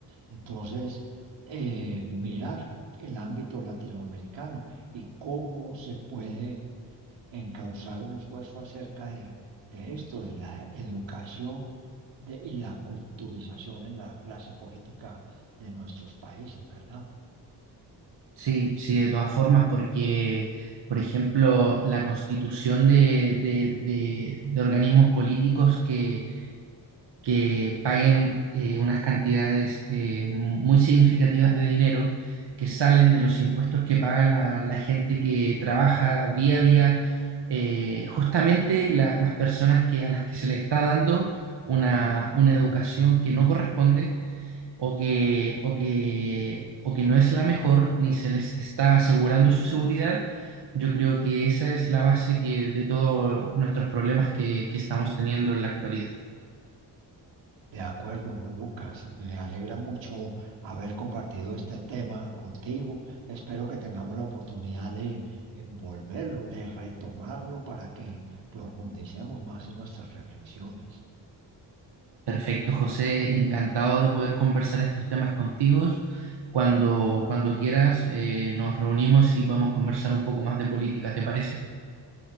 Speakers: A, on the right; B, on the right.
A: Entonces, eh, mirar el ámbito latinoamericano y cómo se puede encauzar un esfuerzo acerca de, de esto, de la educación de- y la culturización en la clase política de nuestros países, ¿verdad?
B: Sí, sí, de todas formas, porque, por ejemplo, la constitución de, de de- de organismos políticos que que paguen eh, unas cantidades eh, muy significativas de dinero que salen de los impuestos que paga la, la gente que trabaja día a día, eh, justamente la- las personas que, a las que se les está dando una, una educación que no corresponde o que, o que, o que no es la mejor, ni se les está asegurando su seguridad. Yo creo que esa es la base que, de todos nuestros problemas que que estamos teniendo en la actualidad.
A: De acuerdo, Lucas, me alegra mucho haber compartido este tema contigo. Espero que tengamos la oportunidad de eh, volverlo, de retomarlo para que profundicemos más en nuestras reflexiones.
B: Perfecto, José, encantado de poder conversar estos temas contigo. Cuando, cuando quieras, eh, nos reunimos y podemos conversar un poco más de política, ¿te parece?